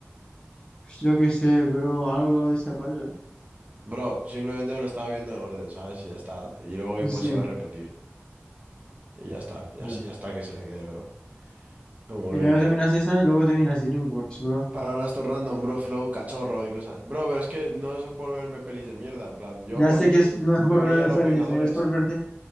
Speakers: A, on the left (about 20°); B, on the right (about 30°).
A: Pues Yo qué sé, bro, algo de ese rollo.
B: Bro, simplemente me lo estaba viendo en orden, ¿sabes? Y ya está. Y luego
A: Sí,
B: pues iba a repetir. Y ya está. Y
A: ya.
B: así ya está que se me quede, bro. Como
A: Primero
B: que...
A: terminas miras esa y luego terminas DreamWorks, bro.
B: Palabras todo random, bro, flow, cachorro y cosas. Bro, pero es que no es por verme pelis de mierda. En plan, yo
A: Ya
B: por
A: sé
B: mí
A: que es, no es
B: me
A: por
B: vería
A: ver el
B: Los
A: Fernis,
B: Vengadores.
A: es por verte,